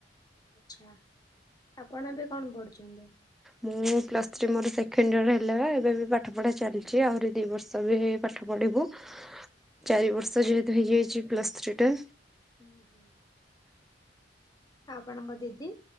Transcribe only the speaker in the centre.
ମୁଁ ପ୍ଲସ ଥ୍ରୀ ମୋର ସେକେଣ୍ଡ ଇୟର ହେଲା ଏବେ ବି ପାଠ ପଢ଼ା ଚାଲିଛି ଆହୁରି ଦି ବର୍ଷ ବି ପାଠ ପଢିବୁ ଚାରି ବର୍ଷ ଯେହେତୁ ହେଇଯାଇଛି ପ୍ଲସ ଥ୍ରୀ ଟା